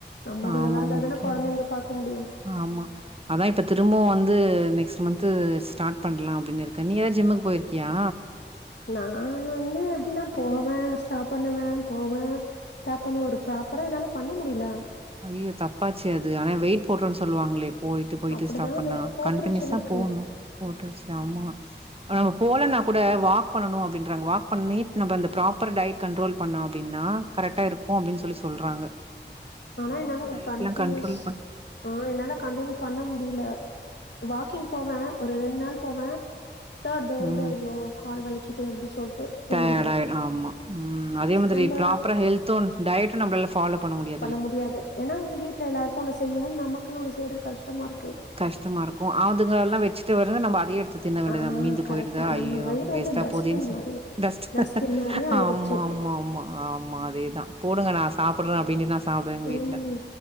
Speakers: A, on the left (about 70°); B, on the right (about 30°).
A: நம்ம
B: ஆமா
A: நல்லா இருந்தாதானே
B: முக்கியந்தான்.
A: கொழந்தைங்கள பாக்க முடியு
B: ஆமா அதா இப்ப திரும்பவு வந்து நெக்ஸ்ட் மந்த் ஸ்டார்ட் பண்ணலா அப்டின்னு இருக்கே நீ எதாது ஜிம்முக்கு போயிருக்கியா
A: நா வந்து எப்டினா போவே ஸ்டாப் பண்ணுவே போவே ஸ்டாப் பண்ணுவே ஒரு ப்ராப்பரா என்னால பண்ண முடில
B: அய்யய்யோ தப்பாச்சே அது ஆனா வெயிட் போட்றுனு சொல்வாங்ளே போய்ட்டு போய்ட்டு
A: அப்டிதா
B: ஸ்டாப் பண்ணா
A: வெயிட் போட்ருச்சு
B: கண்டினிவஸா
A: எனக்கு
B: போணு போட்ருச்சு ஆமா நம்ம போலனா கூட வாக் பண்ணணு அப்டின்றாங்க வாக் பண்ணிட் நம்ப அந்த ப்ராப்பர் டயட் கண்ட்ரோல் பண்ணோ அப்டின்னா கரட்டா இருக்கு அப்டின் சொல்லி சொல்றாங்க
A: ஆனா
B: நானு
A: என்னால ஒரு
B: டயட்லா
A: கண்டினியூஸ்
B: கண்ட்ரோல் பண்
A: ஆ என்னால கண்டினியூப் பண்ண முடியல வாக்கிங் போவே ஒரு ரெண்நாள் போவே தேர்ட்டே வந்து
B: ம்
A: ஐயோ கால் வலிக்குது அப்டி சொல்ட்டு தூங்கிடுவே
B: டயார்டா ஆயிடு ஆமா உம் அதே மாதிரி
A: நம்ப
B: ப்ராப்ரா ஹெல்த்தோ அன் டயட்டோ நம்ளால ஃபாலோ பண்ண முடியா
A: பண்ண முடியாது ஏன்னா வந்து வீட்ல எல்லாருக்கு ஒண்ணு செய்யுனு நமக்குனு ஒண்ணு செய்றதுக்கஷ்டமா இருக்கு
B: கஷ்டமா இருக்கு ஆதுங்கல்லா வெச்சுட்டு வர்ர நம்ப அதையே எடுத்து தின்ன வேண்டியதா
A: ஆ
B: மீந்து
A: கரெக்ட்
B: போயிடுதா
A: நம்ம
B: ஐய்யோ
A: வயிறு
B: வேஸ்டா
A: வந்து டஸ்ட்பின்
B: போதேன்
A: மாரி
B: டஸ்ட்
A: டஸ்ட்பின் மாரியே ஆயிடுச்சு
B: ஆமா ஆமா ஆமா ஆமா அதேதா போடுங்க நா சாப்புற்றே அப்டினு நா சாப்டுவே எங்க
A: ம்
B: வீட்ல